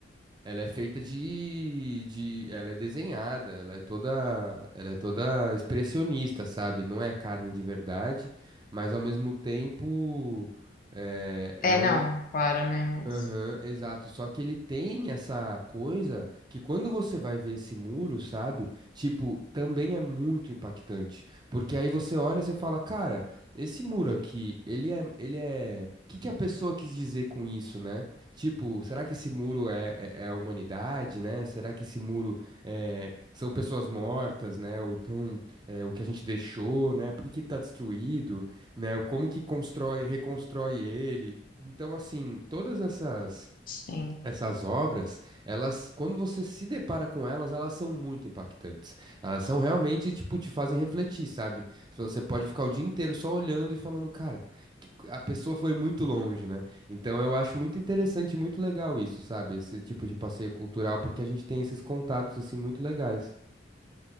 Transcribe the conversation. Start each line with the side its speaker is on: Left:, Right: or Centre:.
Right: Ela é feita de, de, ela é desenhada, ela é toda, ela é toda expressionista, sabe? Não é carne de verdade, mas ao mesmo tempo é, é
Left: É,
Right: um,
Left: não, claro, né? Mas
Right: Aham, exato. Só que ele tem essa coisa que quando você vai ver esse muro, sabe? Tipo, também é muito impactante. Porque aí você olha e você fala, cara, esse muro aqui, ele é, ele é... O que que a pessoa quis dizer com isso, né? Tipo, será que esse muro é, é, é a humanidade, né? Será que esse muro é, são pessoas mortas, né? Ou então é, o que a gente deixou, né? Por que que ele tá destruído, né? Como que constrói, reconstrói ele? Então, assim, todas essas
Left: sim,
Right: essas obras, elas, quando você se depara com elas, elas são muito impactantes. Elas são realmente, tipo, te fazem refletir, sabe? Se Você pode ficar o dia inteiro só olhando e falando, cara, que co- a pessoa foi muito longe, né? Então, eu acho muito interessante e muito legal isso, sabe? Esse tipo de passeio cultural, porque a gente tem esses contatos, assim, muito legais.